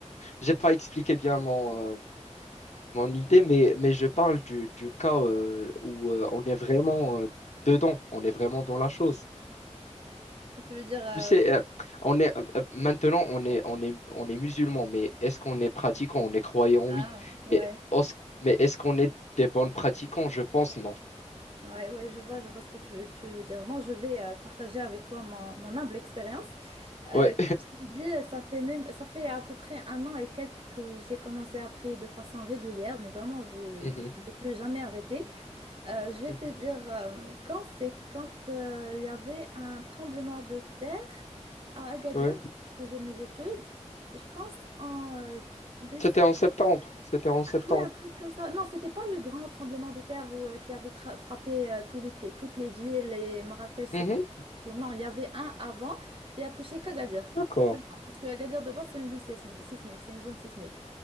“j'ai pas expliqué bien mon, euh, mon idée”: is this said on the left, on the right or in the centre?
Left